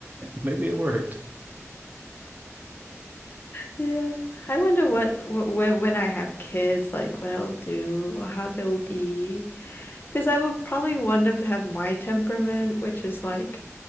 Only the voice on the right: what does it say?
maybe it worked.